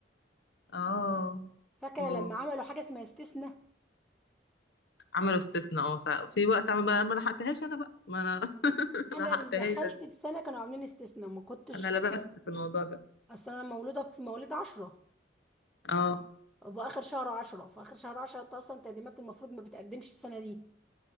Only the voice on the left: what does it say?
اه
مم.
عملوا استثناء اه ساعة- في وقت عم- ما ما لحقتهاش انا بقى ما انا <laughs>
ما لحقتهاش
انا
انا
لبست في الموضوع ده
اه